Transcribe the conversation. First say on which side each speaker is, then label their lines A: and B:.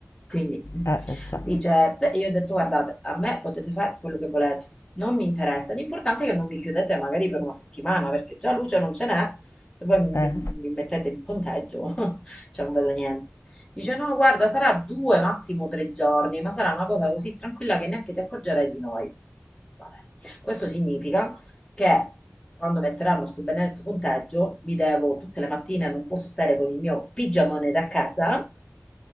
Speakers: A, on the left (about 20°); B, on the left (about 80°).
A: Quindi, <laughs> mm.
B: eh, già.
A: dice, beh, io ho detto, guardate, a me potete fare quello che volete. Non mi interessa. L'importante è che non mi chiudete magari per una settimana, perché già luce non ce n'è. Se voi mi,
B: Eh.
A: mi- mi mettete il ponteggio, <laughs> cioè non vedo niente. Dice, no, guarda, sarà due, massimo tre giorni, ma sarà una cosa così tranquilla che neanche ti accorgerai di noi. Va bene. Questo significa che quando metteranno sto benedetto punteggio, mi devo tutte le mattine, non posso stare con il mio pigiamone da casa,